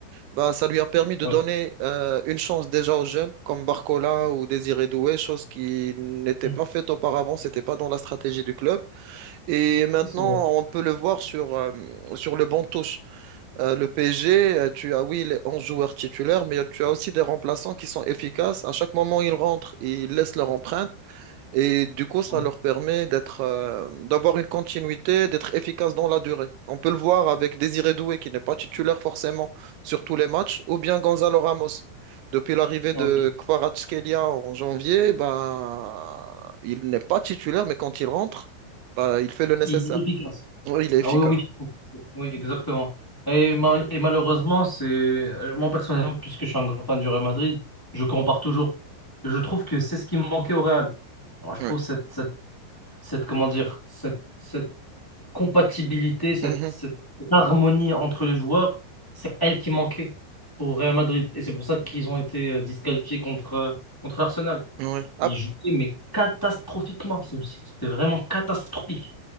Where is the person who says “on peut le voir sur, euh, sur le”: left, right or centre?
Right